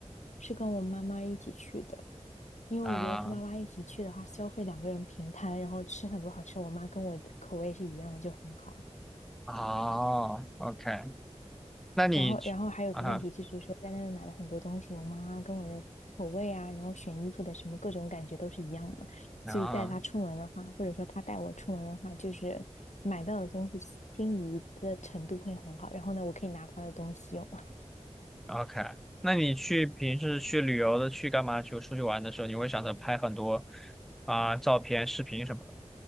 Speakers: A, on the left (about 75°); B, in the centre.
A: 是跟我妈妈一起去的，因为我觉得跟妈妈一起去的话，
B: 啊！
A: 消费两个人平摊，然后吃很多好吃的，我妈跟我的口味是一样的，就很好。
B: 哦，OK，那你去啊
A: 然后，然后还有个问题就是说，在那边买了很多东西，我妈妈跟我的口味啊，然后选衣服的什么各种感觉都是一样的，
B: 啊
A: 所以带她出门的话，或者说她带我出门的话，就是买到的东西心仪的程度会很好。然后呢，我可以拿她的东西用，<laughs>
B: ，OK，那你去平时去旅游的，去干嘛？去出去玩的时候，你会想着拍很多啊、照片、视频什么的，